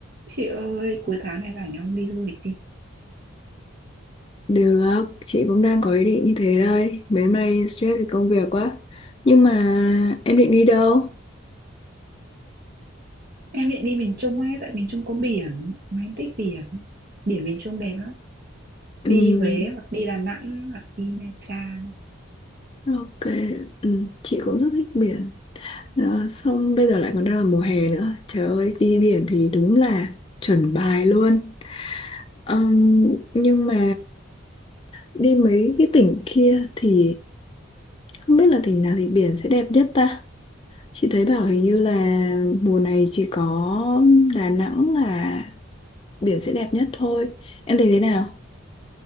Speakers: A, on the right; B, on the left.
A: Chị ơi, cuối tháng này rảnh không đi du lịch đi.
B: Được, chị cũng đang có ý định như thế đây. Mấy hôm nay stress vì công việc quá. Nhưng mà em định đi đâu?
A: Em định đi miền Trung ấy, tại miền Trung có biển, mà em thích biển. Biển miền Trung đẹp lắm.
B: Ừm,
A: Đi Huế hoặc đi Đà Nẵng hoặc đi Nha Trang.
B: ok, Ừm, chị cũng rất thích biển. Đó, xong bây giờ lại còn đang là mùa hè nữa. Trời ơi, đi biển thì đúng là chuẩn bài luôn. Ừm, nhưng mà đi mấy cái tỉnh kia thì không biết là tỉnh nào thì biển sẽ đẹp nhất ta. Chị thấy bảo hình như là mùa này chỉ có Đà Nẵng là biển sẽ đẹp nhất thôi em thấy thế nào